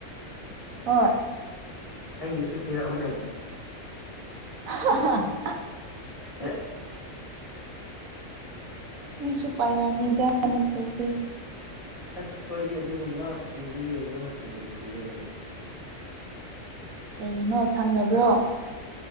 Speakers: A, on the right (about 80°); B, on the left (about 25°).
A: ꯍꯣꯏ
B: ꯑꯩꯒꯤꯁꯨ ꯄꯤꯔꯛꯑꯣꯅꯦ
A: <inaudible>
B: ꯎ
A: ꯃꯤꯁꯨ ꯄꯥꯏꯔꯝꯅꯤꯗ ꯅꯦꯠ ꯐ꯭ꯂꯤꯛꯁꯤ
B: ꯑꯁ ꯑꯩꯈꯣꯏꯗꯤ ꯑꯗꯨꯒꯨꯝꯕ ꯃꯨꯚꯤ ꯌꯦꯡꯕ ꯃꯇꯝ ꯂꯩꯇꯤꯌꯦ
A: ꯀꯩꯒꯤꯅꯣ ꯁꯪꯗꯕ꯭ꯔꯣ